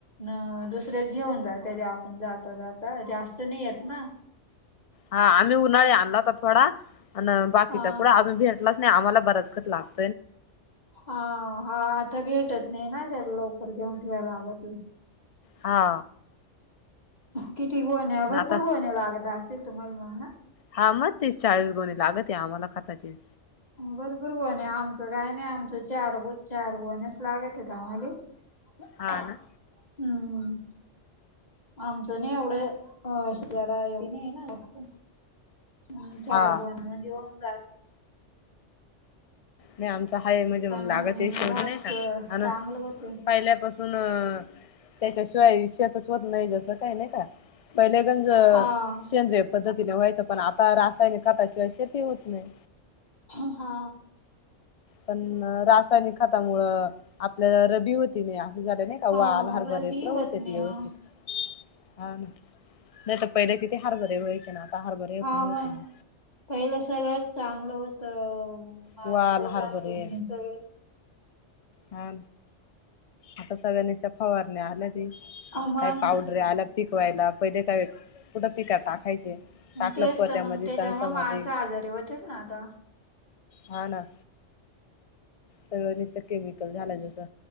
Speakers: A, on the left; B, on the left.
A: न दुसरेच घेऊन जाात तेे आपण जाता जाता जास्त नाही येत ना.
B: हा आम्ही उन्हाळी आणला होता थोडा अन बाकीचा
A: हा
B: कुड अजून भेटलाच नाही आम्हाला बरच खत लागत.
A: हा हा आता भेटत नाही ना त्याला लवकर घेऊन ठेवायला लागत.
B: हा.
A: किती गोण्या
B: पण
A: भरपूर
B: आता
A: गोण्या लागत असतील तुम्हाला मग ह.
B: हा मग तीस चाळीस गुणी लागत या आम्हाला खाताचे.
A: भरपूर गोवन आमचं काय नाही आमचं चार ग चार गोवणस लागत्यात आम्हाले. ह <inaudible>
B: हा ना.
A: हम्म आमचं नाही एवढं अ शे जरा नाही ना जास्त हं चार
B: हा
A: गोण्या म्हणजे होन जात.
B: नाही आमचा हाय म्हणजे मग
A: पण
B: लागत आहे. सोड
A: भात
B: नाही का आन
A: चांगलं होते
B: पहिल्या बघ. पण त्याच्या शिवाय शेत. बसवत नाही जसं काही नाही का पहिलेगंज
A: हा
B: शेंद्रेय. पद्धतीने व्हायचं पण आता रासायनिक खताशिवाय शेती होत नाही.
A: हा.
B: पण रासायनिक खातामुळ आपल्याला रबी होती नाही असं झाले नाही. कावा
A: हा
B: आल्हार <unintelligible>
A: रबी
B: बर क
A: होत
B: होतय
A: नाही
B: व्यवस्थित
A: हा
B: हा ना नाही तर पहिले किती हरभरे होई की ना आता हरभरे
A: हा
B: पण
A: मग
B: होते ना.
A: पहिलं सगळंच चांगलं होतं माणसं
B: वाल हरभरे
A: चांगली होती सगळच.
B: हा आता सगळ्यांनी फवारणी आल्या ती
A: मग
B: काही पाऊस. रे आल्या पिक व्हायला पहिले काय कुठं पिक टाकायचे. टाकलं
A: तेच
B: पोत्यामध्ये
A: तर मग त्याच्यामुळ
B: तणसामध्ये
A: माणसा आजारी होत्यात ना आता.
B: हा ना सगळं नसत केमिकल झालंय जस.